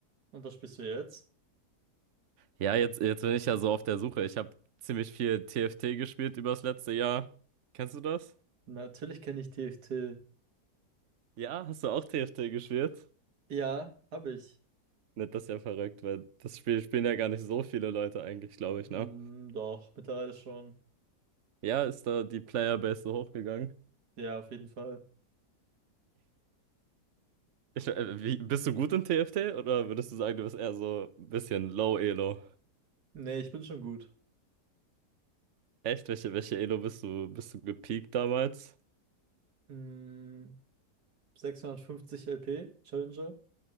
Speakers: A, on the right; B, on the right.
A: und das spielst du jetzt.
B: Ja, jetzt, jetzt bin ich ja so auf der Suche. Ich habe ziemlich viel TFT gespielt übers letzte Jahr. Kennst du das?
A: Natürlich kenne ich TFT.
B: Ja, hast du auch TFT gespielt?
A: Ja, habe ich.
B: Ne, das ist ja verrückt, weil das Spiel spielen ja gar nicht so viele Leute eigentlich, glaube
A: Hm,
B: ich, ne?
A: doch, mittlerweile schon.
B: Ja, ist da die Playerbase so hochgegangen?
A: Ja, auf jeden Fall.
B: Ich, äh, wie, bist du gut in TFT oder würdest du sagen, du bist eher so ein bisschen low Elo?
A: Nee, ich bin schon gut.
B: Echt? Welche, welche Elo bist du, bist du gepiekt damals?
A: Hm, 650 LP, Challenger.